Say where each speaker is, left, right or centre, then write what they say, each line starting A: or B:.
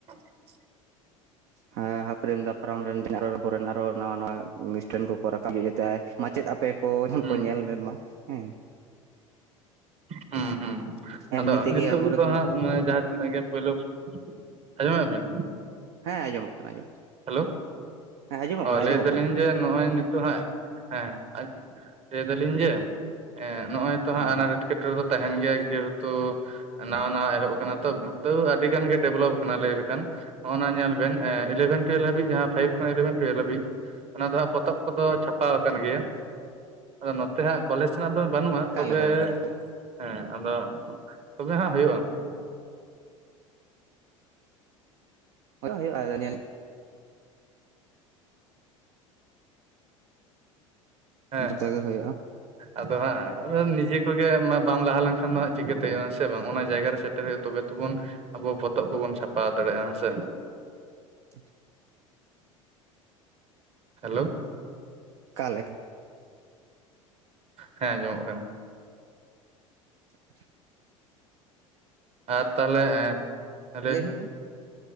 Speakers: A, on the right (about 35°); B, on the right (about 55°).
A: <inaudible>
B: ᱦᱮ ᱦᱟᱯᱨᱢ ᱫᱟᱯᱨᱟᱢ ᱨᱮᱱ ᱟᱵᱚᱨᱮᱱ ᱟᱨᱚ ᱱᱟᱣᱟ ᱱᱟᱣᱟ ᱮᱴᱮᱱ ᱠᱚᱠᱚ ᱨᱟᱠᱟᱵ ᱦᱩᱭᱩᱜ ᱡᱟᱛᱮ ᱢᱟᱪᱮᱫ ᱟᱯᱮ ᱠᱚ
A: ᱦᱩᱸ
B: ᱠᱚ ᱧᱮᱞ ᱢᱟ ᱦᱮᱸ
A: ᱦᱩᱸ ᱦᱩᱸ
B: ᱮᱢᱱᱤ
A: ᱟᱫᱚ
B: ᱛᱮᱜᱮ
A: ᱱᱤᱛᱳ
B: ᱟᱵᱚᱨᱮᱱ
A: ᱫᱚ ᱦᱟᱸᱜ ᱢᱟᱱᱮ ᱡᱟᱦᱟᱸ ᱛᱤᱱᱟᱹᱜ ᱜᱮ ᱯᱳᱭᱞᱳ ᱟᱸᱡᱚᱢᱮᱫ ᱵᱤᱱ
B: ᱦᱮᱸ ᱟᱸᱡᱚᱢᱚᱜ ᱠᱟᱱᱟ ᱟᱸᱡᱚᱢ ᱠᱟᱱᱟ
A: ᱦᱮᱞᱳ
B: ᱦᱮᱸ ᱟᱸᱡᱚᱢᱚᱜ
A: ᱚ
B: ᱠᱟᱱᱟ
A: ᱞᱟᱹᱭ
B: ᱟᱸᱡᱚᱢᱚᱜ
A: ᱮ ᱫᱟᱞᱤᱧ
B: ᱠᱟᱱᱟ
A: ᱡᱮ ᱱᱚᱜᱼᱚᱭ ᱱᱤᱛᱳ ᱦᱟᱸᱜ ᱦᱮᱸ ᱞᱟᱹᱭ ᱫᱟᱞᱤᱧ ᱡᱮ ᱱᱚᱜᱚᱭ ᱚ
B: ᱦᱮᱸ
A: ᱟᱱᱟᱴ
B: ᱦᱮᱸ
A: ᱮᱴᱠᱮᱴᱬᱮ ᱫᱚ ᱛᱟᱦᱮᱱ ᱜᱮᱭᱟ ᱡᱮᱦᱮᱛᱩ ᱱᱟᱶᱟ ᱱᱟᱣᱟ ᱮᱦᱚᱵ ᱟᱠᱟᱱᱟ ᱛᱚ ᱟᱹᱰᱤ ᱜᱟᱱ ᱜᱮ ᱰᱮᱵᱷᱞᱚᱯ ᱟᱠᱟᱱᱟ ᱞᱟᱹᱭ ᱞᱮᱠᱷᱟᱱ ᱚᱱᱟ ᱧᱮᱞ ᱵᱮᱱ ᱤᱞᱮᱵᱷᱮᱱ ᱴᱩᱭᱮᱞ ᱦᱟᱹᱵᱤᱡ ᱡᱟᱦᱟᱸ ᱯᱷᱟᱭᱤᱵ ᱠᱷᱚᱱ ᱤᱞᱮᱵᱷᱮᱱ ᱴᱩᱭᱮᱞ ᱦᱵᱤᱡ ᱚᱱᱟ ᱫᱚ ᱦ ᱯᱚᱛᱚᱵ ᱠᱚᱫᱚ ᱪᱷᱟᱯᱟ ᱟᱠ ᱜᱮᱭᱟ ᱟᱫᱚ ᱛᱮ ᱦᱟᱸᱜ ᱠᱚᱞᱮᱡᱽ ᱨᱮᱱᱟᱜ ᱫᱚ ᱵᱟᱹᱱᱩᱜᱼᱟ
B: ᱮᱠᱟᱞ
A: ᱛᱚᱵᱮ
B: ᱮᱠᱟᱞ ᱮᱠᱟᱞ ᱮᱠᱟᱞ
A: ᱦᱮᱸ ᱟᱫᱚ ᱛᱚᱵᱮ ᱦᱟᱜ ᱦᱩᱭᱩᱜᱼᱟ
B: ᱦᱩᱭᱩᱜᱼᱟ ᱧᱮᱞ
A: ᱦᱮᱸ
B: ᱡᱚᱛᱚ ᱜᱮ ᱦᱩᱭᱩᱜᱼᱟ
A: ᱟᱫᱚ ᱦᱟᱸᱜ ᱱᱤᱡᱮ ᱠᱚᱜᱮ ᱵᱟᱢ ᱞᱟᱦᱟ ᱞᱮᱱᱠᱷᱟᱱ ᱫᱚ ᱦᱟᱸᱜ ᱪᱤᱠᱟᱹᱛᱮᱼᱟ ᱥᱮ ᱵᱟᱝ ᱚᱱᱟ ᱡᱟᱭᱜᱟ ᱨᱮ ᱛᱚᱵᱮ ᱛᱵᱚᱱ ᱟᱵᱚ ᱯᱚᱛᱚᱵ ᱠᱚᱵᱚᱱ ᱪᱷᱟᱯᱟ ᱫᱟᱲᱮᱭᱟᱜᱼᱟ ᱦᱮᱸᱥᱮ
B: <inaudible>
A: ᱦᱮᱞᱳ
B: ᱠᱟᱞᱠᱷ
A: ᱦᱮᱸ ᱟᱸᱡᱚᱢᱚᱜ ᱠᱟᱱᱟ
B: <inaudible>
A: ᱟᱨ ᱛᱟᱦᱚᱞᱮ ᱞᱟᱹᱭ
B: ᱞᱟᱹᱭᱵᱤᱱ
A: ᱵᱤᱱ
B: ᱢᱟ